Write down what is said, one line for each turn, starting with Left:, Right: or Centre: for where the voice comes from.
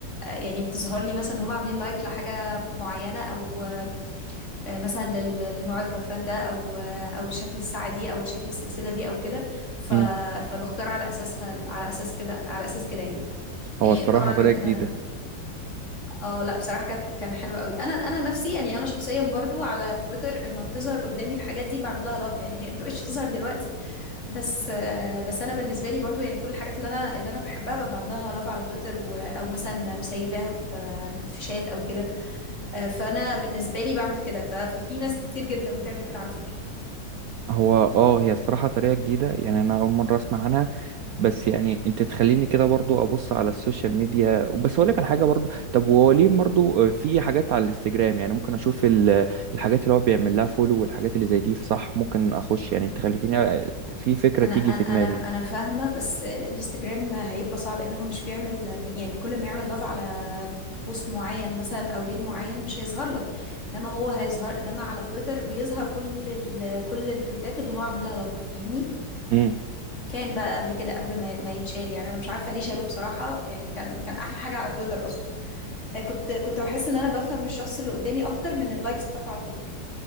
Left: آه، يعني بتظهر لي مثلا ان هم عاملين لايك لحاجه معينه او آه، مثلا لل- لنوع البرفان ده او آه، او لشكل الساعه دي او لشكل السلسله دي او كده ف-
Right: مم.
Left: فبختار على اساسها على اساس كده على اساس كده يعني
Right: هو
Left: يعني
Right: الصراحه
Left: طبعا
Right: طريقه جديده
Left: اه لا بصراحة كانت كان حلو قوي انا انا نفسي يعني انا شخصيا برضو على تويتر لما بتظهر قدامي الحاجات دي بعمل لها لاف يعني هي ما بقتش تظهر دلوقتي بس آه، بس انا بالنسبة لي برضو يعني كل الحاجات اللي انا اللي انا بحبها ببقى بعمل لها لاف على تويتر و... او مثلا مسيفاها في في شات او كده آه، فانا بالنسبة لي بعمل كده ف... ففي ناس كتير جدا بتعمل كده على فكرة
Right: هو اه هي الصراحة طريقة جديدة يعني انا اول مرة اسمع عنها بس يعني انت تخليني كده برضو ابص على السوشيال ميديا بس اقول لك على حاجة برضو طب هو ليه برضو آه، في حاجات على الانستجرام يعني ممكن اشوف ال- الحاجات اللي هو بيعمل لها فولو والحاجات اللي زي دي صح ممكن اخش يعني انت خليتيني آه، في فكرة
Left: انا
Right: تيجي
Left: انا
Right: في دماغي
Left: انا انا فاهمه بس الانستجرام هيبقى صعب ان هو مش بيعمل يعني كل ما يعمل لاف على بوست معين مثلا او ريل معين مش هيظهر لك انما هو هيظهر انما على تويتر بيظهر كل ال... كل التويتات اللي هو عامل لها لاف فاهمني
Right: امم
Left: كان بقى قبل كده قبل ما ما يتشال يعني انا مش عارفه ليه شالوه بصراحه يعني كان كان احلى حاجه على تويتر اصلا آه، كنت كنت بحس ان انا بفهم الشخص اللي قدامي اكتر من اللايكس بتاعته على تويتر